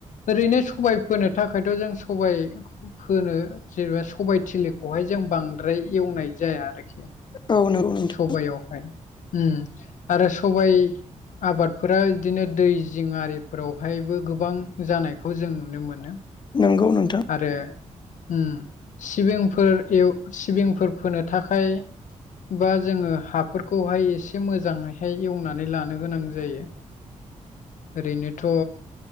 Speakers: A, on the left; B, on the left.
A: ओरैनो सबाय फोनो थाखायथ' जों सबाय फोनो जेनोबा सबाय थिलिखौहाय जों बांद्राय एवनाय जाया आरोखि
B: औ नोंगौ नोंथां
A: सबयावहाय उम आरो सबायाइ आबादफोरा इदिनो दै जिं आरिफोरावहायबो गोबां जानायखौ जों नुनो मोनो
B: नोंगौ नोंथां
A: आरो उम सिबिंफोर एव‌ सिबिंफोर फोनो थाखाय बा जोङो हाफोरखौहाय एसे मोजांयैहाय एवनानै लानो गोनां जायो ओरैनोथ'